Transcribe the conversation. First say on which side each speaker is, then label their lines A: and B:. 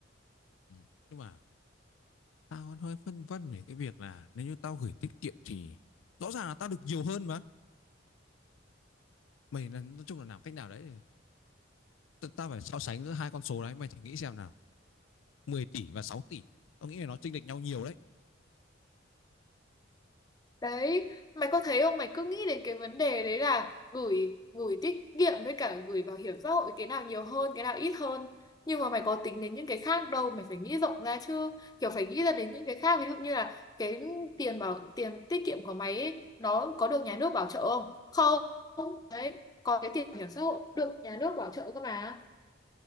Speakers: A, on the left; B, on the left.
A: ừ. nhưng mà tao vẫn hơi phân vân về cái việc là nếu như tao gửi tiết kiệm thì rõ ràng là tao được nhiều hơn mà mày là nói chung là làm cách nào đấy thì ta- tao phải so sánh giữa hai con số đấy mày thử nghĩ xem nào 10 tỷ và sáu tỷ tao nghĩ là nó chênh lệch nhau nhiều đấy
B: đấy mày có thấy không mày cứ nghĩ đến cái vấn đề đấy là gửi gửi tiết kiệm với cả gửi bảo hiểm xã hội cái nào nhiều hơn cái nào ít hơn nhưng mà mày có tính đến những cái khác đâu mày phải nghĩ rộng ra chứ kiểu phải nghĩ ra đến những cái khác ví dụ như là cái tiền bảo tiền tiết kiệm của mày ấy, nó có được nhà nước bảo trợ không không còn cái tiền bảo hiểm xã hội được nhà nước bảo trợ cơ mà